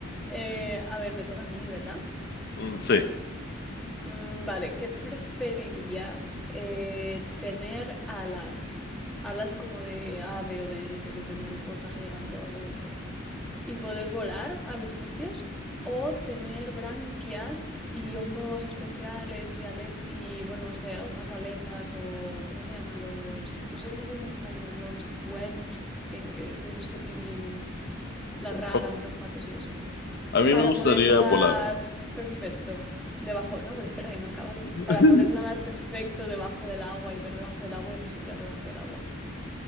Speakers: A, in the centre; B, on the left (about 55°).
A: eh, a ver, me toca a mí, ¿verdad?
B: Mm, Sí.
A: Mm, vale, ¿qué preferirías? Eh, ¿tener alas? Alas como de ave o de, yo qué sé, mariposa gigante o algo de eso. y poder volar a los sitios o tener branquias y ojos especiales y alet y bueno, no sé, algunas aletas o ¿cómo se llaman los? No sé cómo se dice en español, los webbed fingers, esos que tienen las ranas
B: Pa-
A: y los patos y eso,
B: A mí
A: para
B: me gustaría
A: poder nadar
B: volar.
A: perfecto. Debajo, no, pero espera que no he acabado.
B: <laughs>
A: Para poder nadar perfecto debajo del agua y ver debajo del agua y respirar debajo del agua.